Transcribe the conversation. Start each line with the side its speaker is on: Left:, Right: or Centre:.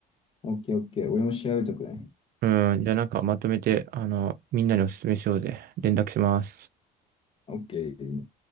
Left: オッケーオッケー。俺も調べとくね。
Right: うん、じゃあなんかまとめて、あの、みんなにお勧めしようぜ。連絡します。
Left: オッケー。